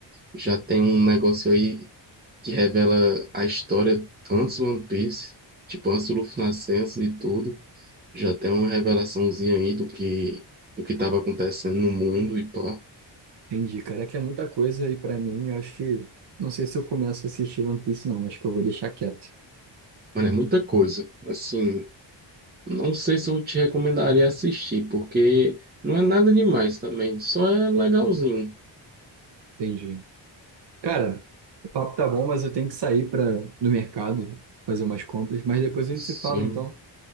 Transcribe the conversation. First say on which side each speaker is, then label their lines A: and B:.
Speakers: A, on the right; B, on the right.
A: Já tem um negócio aí que revela a história antes do One Piece. Tipo, antes do Luffy nascer, antes de tudo. Já tem uma revelaçãozinha aí do que... Do que tava acontecendo no mundo e pá.
B: Entendi, cara. É que é muita coisa aí pra mim. Eu acho que. Não sei se eu começo a assistir One Piece, não. Acho que eu vou deixar quieto.
A: Mano, é muita coisa. Assim... Não sei se eu te recomendaria assistir, porque não é nada demais também, só é legalzinho.
B: Entendi. Cara, o papo tá bom, mas eu tenho que sair pra, no mercado fazer umas compras. Mas depois a
A: Sim,
B: gente se fala, então.